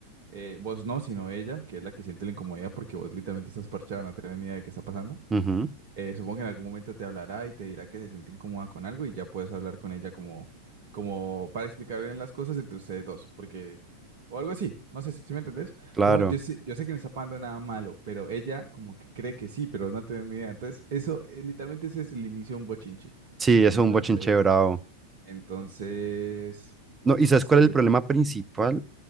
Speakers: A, on the right; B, on the right.
A: eh, vos no, sino ella, que es la que siente la incomodidad porque vos literalmente estás parchado, no tenés ni idea de qué está pasando.
B: Ujú.
A: Eh, supongo que en algún momento te hablará y te dirá que se siente incómoda con algo y ya puedes hablar con ella como, como para explicar bien las cosas entre ustedes dos, porque, o algo así, no sé si, si me entendés.
B: Claro,
A: Como yo sé, yo sé que no está pasando nada malo, pero ella como que cree que sí, pero no tiene ni idea. Entonces, eso, eh, literalmente ese es el inicio de un bochinche.
B: sí, eso
A: Entonces,
B: es un bochinche bravo.
A: entonces,
B: No, ¿y sabes
A: sí,
B: cuál es
A: yo...
B: el problema principal?